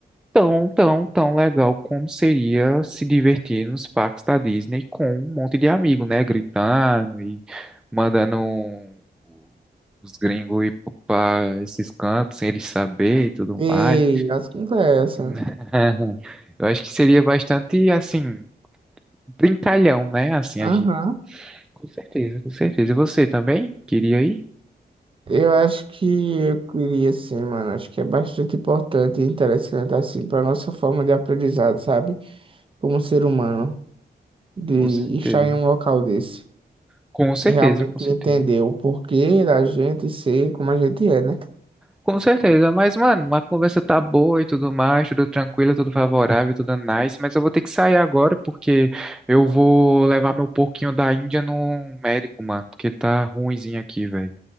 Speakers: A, in the centre; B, on the right.
A: tão, tão, tão legal como seria se divertir nos parques da Disney com um monte de amigo, né? Gritando e mandando um, os gringos ir para esses cantos sem eles saber e tudo
B: Ei,
A: mais.
B: as conversas.
A: <laughs> Eu acho que seria bastante, assim, brincalhão, né? Assim,
B: Aham.
A: a gente. Com certeza, com certeza. E você também? Queria ir?
B: Eu acho que eu queria sim, mano. Acho que é bastante importante e interessante assim para nossa forma de aprendizado, sabe? Como ser humano, de
A: Com certeza.
B: estar em um local desse
A: Com certeza,
B: e realmente
A: com certeza.
B: entender o porquê da gente ser como a gente é, né?
A: Com certeza, mas, mano, a conversa tá boa e tudo mais, tudo tranquilo, tudo favorável, tudo nice, mas eu vou ter que sair agora porque eu vou levar meu porquinho da Índia no médico, mano, porque ele tá ruinzinho aqui, velho.